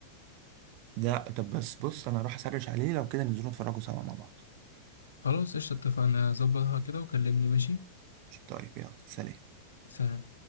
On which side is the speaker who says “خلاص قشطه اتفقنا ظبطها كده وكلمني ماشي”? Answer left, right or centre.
Left